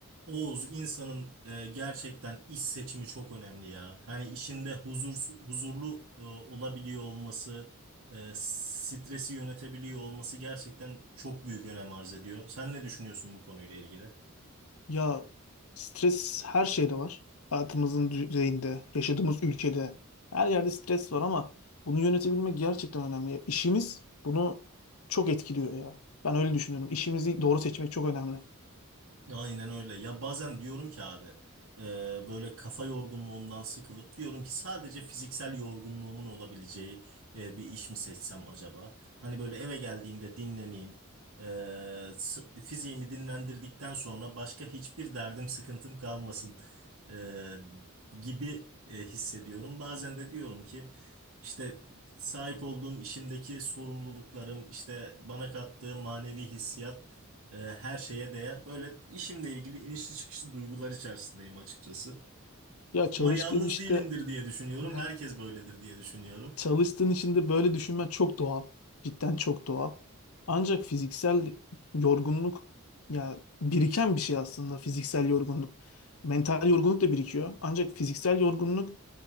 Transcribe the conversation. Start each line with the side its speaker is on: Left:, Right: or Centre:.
Right: Oğuz insanın e, gerçekten iş seçimi çok önemli ya. Hani işinde huzursu- huzurlu e, olabiliyor olması, e, stresi yönetebiliyor olması gerçekten çok büyük önem arz ediyor. Sen ne düşünüyorsun bu konuyla ilgili?
Left: Ya stres her şeyde var. Hayatımızın düzeyinde, yaşadığımız ülkede, her yerde stres var ama bunu yönetebilmek gerçekten önemli. Ya, İşimiz bunu çok etkiliyor ya. Ben öyle düşünüyorum. İşimizi doğru seçmek çok önemli.
Right: Aynen öyle. Ya bazen diyorum ki abi e, böyle kafa yorgunluğundan sıkılıp diyorum ki sadece fiziksel yorgunluğumun olabileceği e, bir iş mi seçsem acaba? Hani böyle eve geldiğimde dinleneyim. e, s- fiziğimi dinlendirdikten sonra başka hiçbir derdim sıkıntım kalmasın e, gibi e, hissediyorum. Bazen de diyorum ki işte sahip olduğum işimdeki sorumluluklarım işte bana kattığı manevi hissiyat e, her şeye değer. Böyle işimle ilgili inişli çıkışlı duygular içerisindeyim açıkçası.
Left: Ya çalıştığın
Right: Ama yalnız
Left: işte
Right: değilimdir diye düşünüyorum.
Left: <laughs>
Right: Herkes böyledir diye düşünüyorum.
Left: çalıştığın için de böyle düşünmen çok doğal. Cidden çok doğal. Ancak fiziksel yorgunluk ya biriken bir şey aslında fiziksel yorgunluk. Mental yorgunluk da birikiyor. Ancak fiziksel yorgunluk